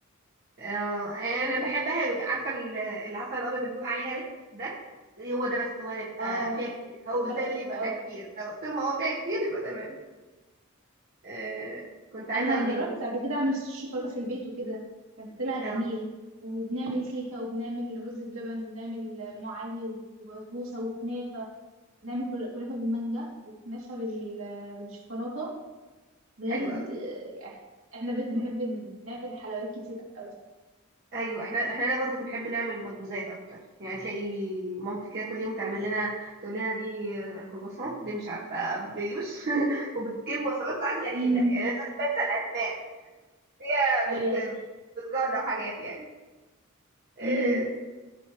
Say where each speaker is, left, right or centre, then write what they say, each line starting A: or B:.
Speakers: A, on the right (about 50°); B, on the right (about 65°).
A: اه انا بحبها عارفه ال- العسل الابيض اللي بيبقى عليها ده ده هو ده بس هو ده يبقى
B: اه
A: فيها كتير هو ده
B: بس
A: اللي يبقى
B: اه
A: فيها كتير لو طول ما هو فيها كتير يبقى تمام آه كنت عايزه
B: انا
A: اقول ايه
B: جربت قبل كده اعمل صوص شوكولاته في البيت وكده كان طلع
A: اه
B: جميل وبنعمل كيكه وبنعمل رز بلبن وبنعمل ام علي وبسبوسه وكنافه بنعمل كل- كنافه بالمانجا وكنافه بال... بالشوكولاته بجد
A: حلو قوي
B: آه، احنا بيت بحب
A: <laughs>
B: نعمل حلويات كتير قوي
A: ايوه احنا احنا هنا برضو بنحب نعمل مخبوزات اكتر يعني تلاقي مامتي كده كل يوم تعمل لنا تقول لنا دي آه، كرواسون دي مش عارفه بيوش <laughs> وبتجيب وصفات ساعات غريبه
B: امم
A: يعني انا بنسى الاسماء هي
B: ايوه
A: بت... بتجرب حاجات يعني آه،
B: امم